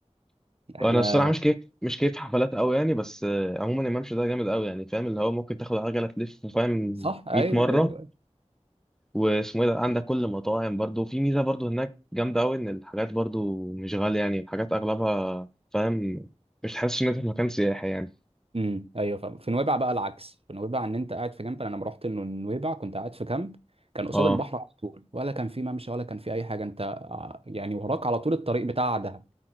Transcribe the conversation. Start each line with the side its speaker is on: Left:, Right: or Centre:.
Right: احنا
Centre: وانا الصراحه مش كيف مش كيف حفلات قوي يعني بس آه، عموما الممشى ده جامد قوي يعني فاهم اللي هو ممكن تاخد عجله تلف فاهم
Right: صح ايوه
Centre: 100 مره
Right: ايوه
Centre: واسمه ايه ده عندك كل مطاعم برضو في ميزه برضو هناك جامده قوي ان الحاجات برضو مش غاليه يعني الحاجات اغلبها فاهم مش تحس ان انت في مكان سياحي يعني
Right: امم ايوه فاهم في نويبع بقى العكس في نويبع ان انت قاعد في كامب انا لما رحت انه نويبع كنت قاعد في كامب كان قصاد
Centre: اه
Right: البحر على طول ولا كان في ممشى ولا كان في اي حاجه انت يعني وراك على طول الطريق بتاع دهب